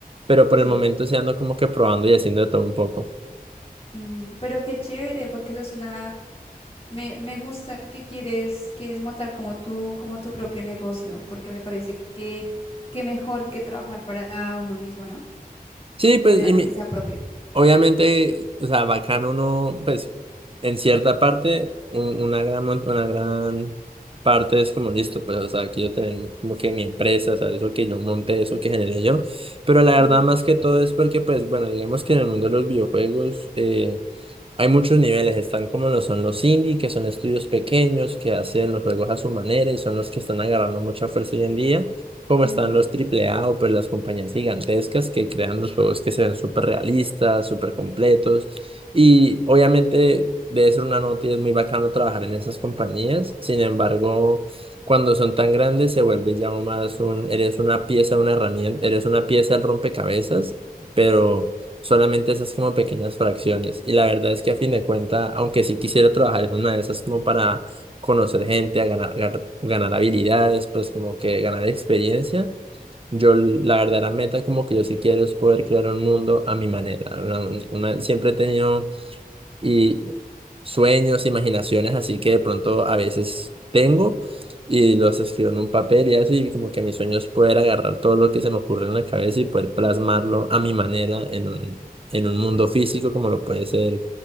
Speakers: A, on the right; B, on the left.
A: pero por
B: sí.
A: el momento sí ando como que probando y haciendo de todo un poco.
B: ujú, Pero qué chévere, porque eso es una, me, me gusta que quieres, quieres montar como tu, como tu propio negocio, porque me parece que, que mejor que trabajar para uno mismo, ¿no?
A: Sí, pues,
B: Tener algo
A: y mi-
B: que sea propio.
A: obviamente, o sea, bacano uno, pues, en cierta parte, un- una gran, mon- una gran parte es como listo, pues, o sea, quiero tener como que mi empresa, o sea, eso que yo monté, eso que generé yo, pero la verdad
B: Ujú.
A: más que todo es porque, pues, bueno, digamos que en el mundo de los videojuegos, eh, Hay muchos niveles, están como lo son los indie, que son estudios pequeños que hacen los juegos a su manera y son los que están agarrando mucha fuerza hoy en día, como
B: Ujú,
A: están los AAA o pues las compañías gigantescas que crean los juegos que se ven súper realistas, súper completos y obviamente debe ser una nota y es muy bacano trabajar en esas compañías, sin embargo, cuando son tan grandes se vuelve ya más un, eres una pieza, una herramienta, eres una pieza del rompecabezas, pero...
B: Sí.
A: Solamente esas como pequeñas fracciones. Y la verdad es que a fin de cuentas, aunque sí quisiera trabajar en una de esas como para conocer gente, a ganar, gar- ganar habilidades, pues como que ganar experiencia, yo l- la verdadera meta como que yo sí quiero es poder crear un mundo a mi manera. Una- una- siempre he tenido y sueños, imaginaciones, así que de pronto a veces tengo y
B: ujú,
A: los escribo en un papel y eso, y como que mis sueños poder agarrar todo lo que se me ocurre en la cabeza y poder plasmarlo a mi manera en un, en un mundo físico como lo puede ser